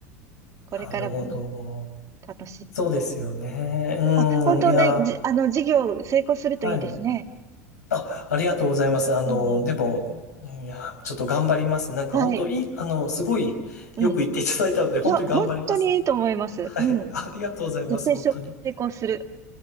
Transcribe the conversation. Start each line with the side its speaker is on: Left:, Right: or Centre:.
Right: これからもね、
Left: なるほど。
Right: 楽しく。
Left: そうですよね。うん。
Right: あ、本当ね、
Left: いや、
Right: じ、あの、事業成功するといいですね。
Left: はい。あ、ありがとうございます。あの、
Right: うん、
Left: でも、いや、ちょっと頑張ります。なんか、
Right: はい。
Left: 本当いい、あの、すごい、
Right: うん。
Left: よく言っていただいたので、
Right: い
Left: 本当に頑張ります。
Right: や、本当にいいと思います。
Left: はい。
Right: うん。
Left: ありがとうございます。
Right: 絶対成功する。
Left: 本当に。